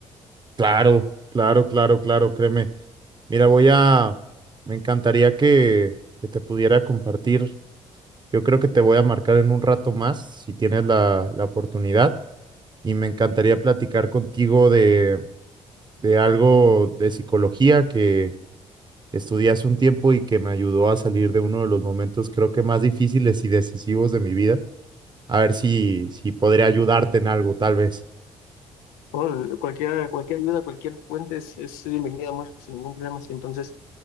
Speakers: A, on the right; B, on the left.
A: Claro, claro, claro, claro, créeme. Mira, voy a, me encantaría que, que te pudiera compartir. Yo creo que te voy a marcar en un rato más, si tienes la, la oportunidad, y me encantaría platicar contigo de, de algo de psicología que estudié hace un tiempo y que me ayudó a salir de uno de los momentos, creo que más difíciles y decisivos de mi vida. A ver si, si podría ayudarte en algo, tal vez.
B: Bueno, cualquier, cualquier ayuda, cualquier fuente es, es bienvenida, Omar, sin ningún problema. Sí, entonces,